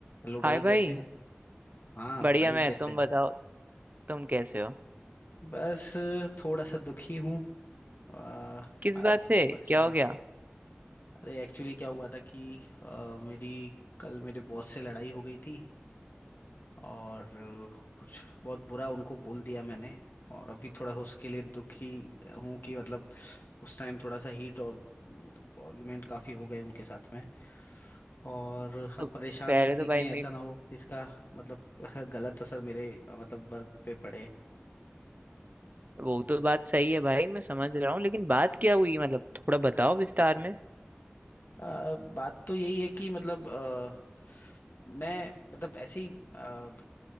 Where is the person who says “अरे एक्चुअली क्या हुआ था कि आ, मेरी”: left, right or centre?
Left